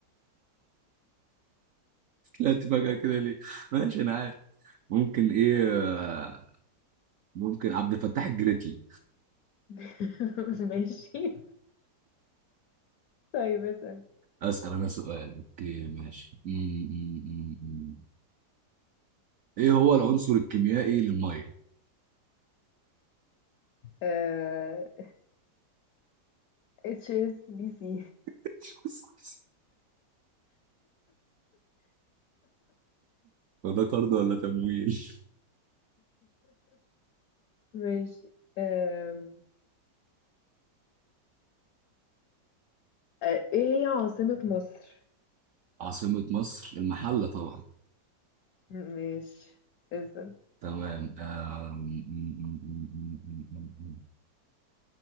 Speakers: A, on the right; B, on the left.
A: طلعت فجأة كده ليه ماشي انا عارف ممكن ايه آه، ممكن عبد الفتاح الجريتلي
B: <laughs> ماشي طيب اسأل
A: اسأل انا سؤال اوكي ماشي مم، مم، مم، مم. ايه هو العنصر الكيميائي للميه
B: آه... اتش اس بي سي
A: <laughs> وده طرد ولا تمويل
B: ماشي آم، آه، ايه هي عاصمة مصر
A: <laughs> عاصمة مصر المحلة طبعا
B: ماشي اسم
A: تمام آم، م- م- م- م- م- م- م.